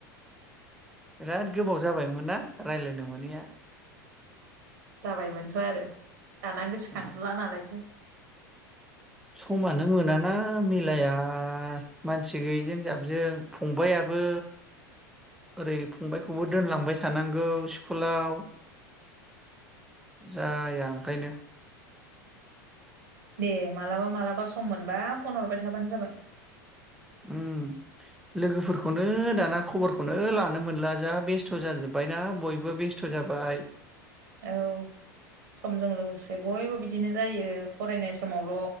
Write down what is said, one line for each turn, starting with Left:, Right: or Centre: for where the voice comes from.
Centre: बिराद गोबाव जाबायमोन ना रायलायनो मोनैया।
Right: जाबायमोनथ' आरो। दाना गोसोखांथारला
Centre: उम
Right: नालायथो।
Centre: समानो मोनाना मिलाया मानसि गैयिजों जाबजों फंबायाबो ओरै फंबायखौबो दोनलांबाय थानांगौ स्कुलाव जाया ओंखायनो।
Right: दे मालाबा मालाबा सम मोनबा फन हबाय थाबानो जाबाय।
Centre: उम लोगोफोरखौनो दाना खबरखौनो लानो मोनला जा बेस्थ' जाजोबबायना बयबो बेस्थ' जाबाय।
Right: औ समजों लोगोसे बयबो बिदिनो जायो फरायनाय समावल'